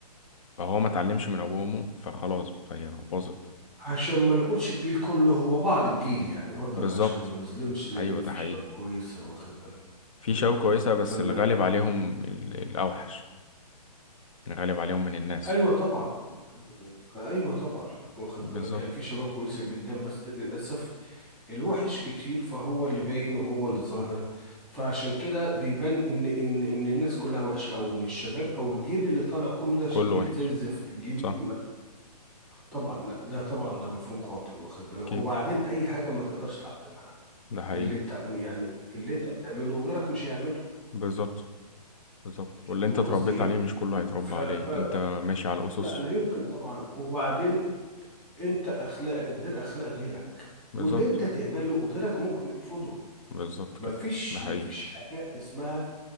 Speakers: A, on the left; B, in the centre.
A: فهو ما اتعلمش من ابوه وامه فخلاص فهي باظت
B: عشان ما نقولش الجيل كله هو بعض الجيل يعني برضك
A: بالظبط
B: عشان ما نظلمش لان
A: ايوه
B: في
A: ده حقيقي
B: شباب كويسه واخد بالك
A: في
B: ازاي
A: شباب كويسه بس
B: فما
A: الغالب عليهم ال- الاوحش الغالب عليهم من الناس
B: ايوه طبعا ايوه أيوة. أيوة طبعا واخد
A: بالظبط
B: بالك يعني في شباب كويسه جدا بس للاسف الوحش كتير فهو اللي باين وهو اللي ظاهر فعشان كده بيبان ان ان ان الناس كلها وحشه او ان الشباب او الجيل اللي طالع كله ده
A: كله
B: جيل
A: وحش
B: زي الزفت جيل
A: صح
B: م- طبعا لا ده طبعا ده مفهوم خاطئ واخد بالك
A: اكيد
B: وبعدين اي حاجه ما تقدرش تعلمها
A: ده حقيقي
B: اللي التع... يعني اللي انت بتعمله غيرك مش هيعمله
A: بالظبط بالظبط واللي
B: فاهم
A: انت اتربيت
B: قصدي ايه
A: عليه مش كله هيتربى
B: ف...
A: عليه
B: ف...
A: انت ماشي على اسس
B: لا لا يمكن طبعا وبعدين انت اخلاقك غير اخلاق غيرك
A: بالظبط
B: واللي انت تقبله غيرك ممكن يرفضه
A: بالظبط كده
B: مفيش
A: ده حقيقي
B: مفيش حاجه اسمها